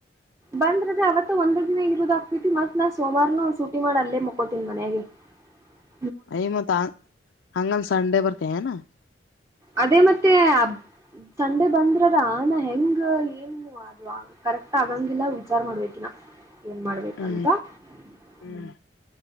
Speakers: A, on the right; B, on the left.
A: ಬಂದ್ರಬಿ ಅವವತ್ತ ಒಂದ ದಿನ ಇರೋದ ಆಗ್ತೈತಿ ಮತ್ ನಾನ್ ಸೋಮಾರನು ಶೂಟಿ ಮಾಡಿ ಅಲ್ಲೇ ಮುಕೋತೀನಿ ಮನ್ಯಗೆ. <inaudible>
B: ಐ ಮತಾ ಹಂಗಂದ ಸಂಡೆ ಬರ್ತಿ ಏನಾ.
A: ಅದೇ ಮತ್ತೆ ಅ ಸಂಡೆ ಬಂದ್ರರ ಆನ ಹೆಂಗ ಏನು. ಆದ್ವ ಕರೆಕ್ಟ್ ಅಂಗಿಲ್ಲಾ ವಿಚಾರ ಮಾಡಬೇಕಿನ್ನ. ಏನ್ ಮಾಡ್ಬೇಕಂತ
B: ಹ್ಮ್
A: ಹ್ಮ.
B: ಹ್ಮ್